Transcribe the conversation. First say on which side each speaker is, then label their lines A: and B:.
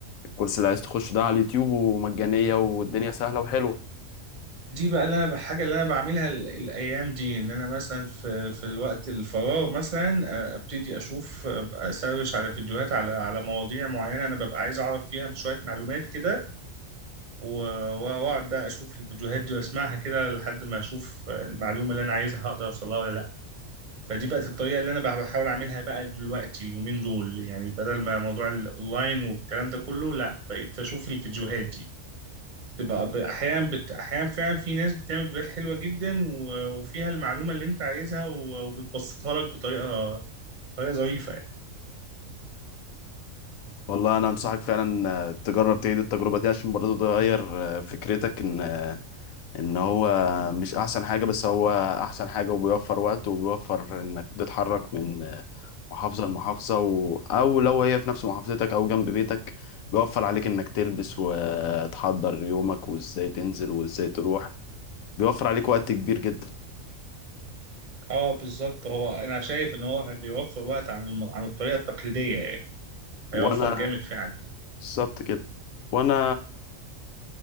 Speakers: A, on the left (about 85°); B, on the right (about 40°).
A: الكورس اللي عايز تخش ده على اليوتيوب ومجانية والدنيا سهلة وحلوة
B: دي بقى اللي انا الحاجه اللي انا بعملها ال- الايام دي ان انا مثلا في في الوقت الفراغ مثلا آه، ابتدي اشوف آه، اسرش على فيديوهات على على مواضيع معينه انا ببقى عايز اعرف فيها شويه معلومات كده و- واقعد بقى اشوف الفيديوهات دي واسمعها كده لحد ما اشوف المعلومه اللي انا عايزها هقدر اوصلها ولا لا فدي بقت الطريقة اللي أنا بح- بحاول أعملها بقى دلوقتي اليومين دول يعني بدل ما موضوع الأونلاين والكلام ده كله لا بقيت أشوف الفيديوهات دي تبقى ب- أحيانا بت... أحيانا فعلا في ناس بتعمل فيديوهات حلوة جدا و... وفيها المعلومة اللي أنت عايزها و... وبتبسطها لك بطريقة طريقة ظريفة يعني
A: والله انا انصحك فعلا آه، تجرب تعيد التجربه دي عشان برضه تغير آه، فكرتك ان آه، ان هو مش احسن حاجه بس هو احسن حاجه وبيوفر وقت وبيوفر انك تتحرك من آه، محافظه لمحافظه و... او لو هي في نفس محافظتك او جنب بيتك بيوفر عليك انك تلبس وتحضر يومك وازاي تنزل وازاي تروح بيوفر عليك وقت كبير جدا
B: اه بالظبط هو انا شايف ان هو بيوفر وقت عن الم... عن الطريقه التقليديه يعني
A: وانا
B: هيوفر جامد فعلا
A: بالظبط كده وانا